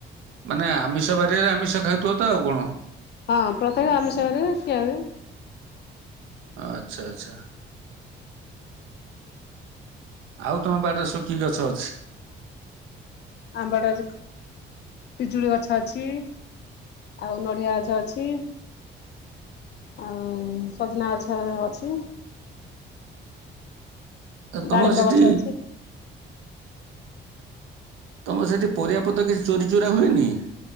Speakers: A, on the right; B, on the left.
A: ମାନେ ଆମିଷ ବାରିରେ ଆମିଷ ଖାଉଥିବ ତ ଆଉ କଣ?
B: ହଁ ପ୍ରତ୍ୟେକ ଆମିଷ ବାରିରେ ଖିଆ ହୁଏ।
A: ଆଚ୍ଛା ଆଚ୍ଛା। ଆଉ ତମ ବାଡ଼ିରେ ସବୁ କି ଗଛ ଅଛି?
B: ଆମ୍ବଡା ଗଛ ପିଜୁଳି ଗଛ ଅଛି ଆଉ ନଡିଆ ଗଛ ଅଛି ଆଉ ସଜନା ଗଛ ଅଛି ଡାଳିମ୍ବ
A: ତମର ସେଠି
B: ଗଛ ଅଛି।
A: ତମ ସେଠି ପରିବାପତ୍ର କିଛି ଚୋରି ଚୋରା ହୁଏନି?